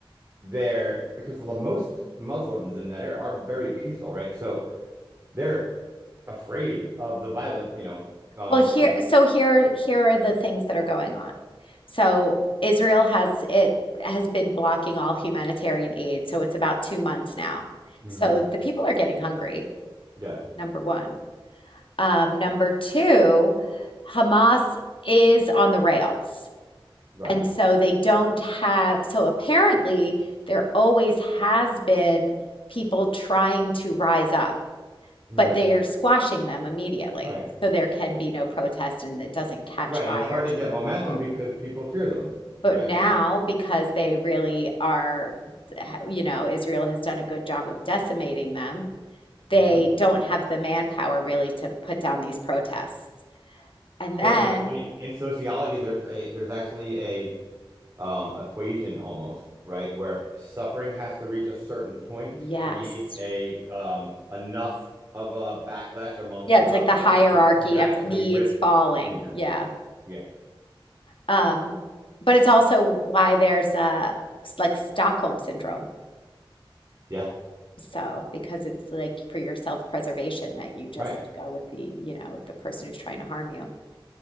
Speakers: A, on the right (about 30°); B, on the left (about 70°).
A: they're because most Muslims in that area are very peaceful, right? So they're afraid of the violent, you know, um,
B: Well, here,
A: extreme.
B: so here, here are the things that are going on. So Israel has it has been blocking all humanitarian aid, so it's about two months now.
A: Mm-hmm.
B: So the people are getting hungry,
A: Yes,
B: number one. Um, number two, Hamas is on the rails,
A: right.
B: and so they don't have. So apparently, there always has been people trying to rise up.
A: Mm-hmm.
B: but they are squashing them immediately.
A: Right.
B: So there can be no protest and it doesn't
A: Right.
B: catch
A: Right.
B: fire
A: It's hard
B: to
A: to get
B: the
A: momentum
B: people.
A: because people fear them,
B: But
A: right?
B: now,
A: I mean,
B: because they really are, you know, Israel has done a good job of decimating them, they
A: mm-hmm.
B: don't have the manpower really to put down these protests. And
A: So,
B: then,
A: you know, it's funny. In sociology, there's a there's actually a um equation almost, right? Where suffering has to reach a certain point
B: yes.
A: to create a um enough of a backlash amongst
B: Yeah,
A: the
B: it's
A: population
B: like the hierarchy
A: to actually
B: of needs
A: risk
B: falling.
A: injury.
B: Yeah.
A: Yeah.
B: Um, but it's also why there's uh, s- like Stockholm syndrome
A: Yeah.
B: So, because it's like for your self-preservation that you just
A: Right.
B: go with the, you know, the person who's trying to harm you.